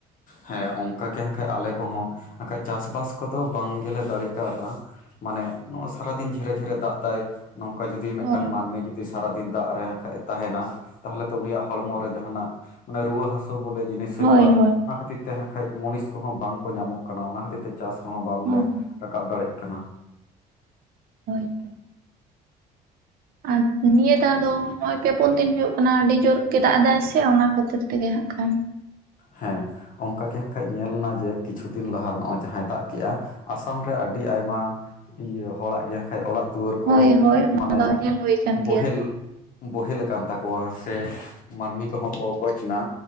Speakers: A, on the left (about 55°); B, on the right (about 60°).
A: ᱦᱮᱸ ᱚᱱᱠᱟ ᱜᱮ ᱠᱷᱟᱡᱽ ᱟᱞᱮ ᱠᱚᱦᱚᱸ ᱱᱟᱠᱷᱟᱡᱽ ᱪᱟᱥᱼᱵᱟᱥ ᱠᱚᱫᱚ ᱵᱟᱝ ᱜᱮᱞᱮ ᱫᱟᱲᱮ ᱠᱟᱣᱫᱟ᱾ ᱢᱟᱱᱮ ᱱᱚᱜᱼᱚᱭ ᱥᱟᱨᱟ ᱫᱤᱱ ᱡᱷᱮᱨᱮ ᱡᱷᱮᱨᱮ ᱫᱟᱜ ᱫᱟᱭ ᱱᱚᱝᱠᱟ ᱡᱩᱫᱤ ᱢᱤᱫᱴᱟᱝ
B: ᱦᱳᱭ
A: ᱢᱟᱹᱱᱢᱤ ᱡᱩᱫᱤ ᱡᱩᱫᱤ ᱥᱟᱨᱟ ᱫᱤᱱ ᱫᱟᱜ ᱨᱮ ᱠᱷᱟᱡᱽ ᱛᱟᱦᱮᱱᱟ ᱛᱟᱦᱞᱮ ᱛᱚ ᱩᱱᱤᱭᱟᱜ ᱦᱚᱲᱢᱚ ᱨᱮ ᱡᱟᱦᱟᱱᱟᱜ ᱢᱟᱱᱮ ᱨᱩᱣᱟᱹ ᱦᱟᱥᱳ ᱵᱚᱞᱮ ᱡᱤᱱᱤᱥ ᱦᱩᱭᱩᱜᱼᱟ
B: ᱦᱳᱭ ᱦᱳᱭ
A: ᱚᱱᱟ ᱠᱷᱟᱹᱛᱤᱨ ᱛᱮ ᱠᱷᱟᱡᱽ ᱢᱚᱱᱤᱥ ᱠᱚᱦᱚᱸ ᱵᱟᱝ ᱠᱚ ᱧᱟᱢᱚᱜ ᱠᱟᱱᱟ ᱚᱱᱟ ᱠᱷᱟᱹᱛᱤᱨ ᱛᱮ ᱪᱟᱥ ᱠᱚᱦᱚᱸ ᱵᱟᱝ
B: ᱦᱳᱭ
A: ᱞᱮ ᱨᱟᱠᱟᱵ ᱫᱟᱲᱮᱜ ᱠᱟᱱᱟ ᱾
B: ᱦᱳᱭ ᱛᱚ ᱾ ᱟᱨ ᱱᱤᱭᱟᱹ ᱫᱷᱟᱣ ᱫᱚ ᱱᱚᱜᱼᱚᱭ ᱯᱮ ᱯᱩᱱ ᱫᱤᱱ ᱦᱩᱭᱩᱜ ᱠᱟᱱᱟ ᱟᱹᱰᱤ ᱡᱳᱨ ᱜᱮ ᱫᱟᱜ ᱮᱫᱟᱭ ᱥᱮ, ᱥᱮ ᱚᱱᱟ ᱠᱷᱟᱹᱛᱤᱨ ᱛᱮᱜᱮ ᱦᱟᱸᱜ ᱠᱷᱟᱱ ᱾
A: ᱦᱮᱸ ᱚᱱᱠᱟ ᱜᱮ ᱠᱷᱟᱡᱽ ᱧᱮᱞ ᱱᱟ ᱡᱮ ᱠᱤᱪᱷᱩ ᱫᱤᱱ ᱞᱟᱦᱟ ᱱᱚᱜᱼᱚᱭ ᱡᱟᱦᱟᱸᱭ ᱫᱟᱜ ᱠᱮᱜᱼᱟ ᱟᱥᱟᱢ ᱨᱮ ᱟᱹᱰᱤ ᱟᱭᱢᱟ ᱤᱭᱟᱹ ᱦᱚᱲᱟᱜ ᱜᱮ ᱠᱷᱟᱱ ᱚᱲᱟᱜ ᱫᱩᱣᱟᱹᱨ ᱠᱚ
B: ᱦᱳᱭ ᱦᱳᱭ ᱚᱱᱟ
A: ᱢᱟᱱᱮ
B: ᱫᱚ ᱧᱮᱞ ᱦᱩᱭ ᱠᱟᱱ
A: ᱵᱚᱦᱮᱞ
B: ᱜᱮᱭᱟ ᱦᱟᱸᱜ
A: ᱵᱚᱦᱮᱞ ᱟᱠᱟᱱ ᱛᱟᱠᱚᱣᱟ ᱥᱮ ᱢᱟᱹᱱᱢᱤ ᱠᱚᱦᱚᱸ ᱠᱚ ᱜᱚᱡᱽ ᱮᱱᱟ,